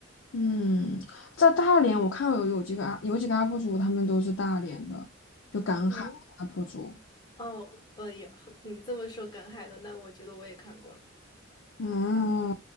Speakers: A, on the left; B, on the left.
A: 嗯，在大连我看有有几个 u P 有几个 UP 主，他们都是大连的，就赶海
B: 嗯，
A: UP 主。
B: 哦，呃，也你这么说赶海的，那我觉得我也看过了。
A: 嗯，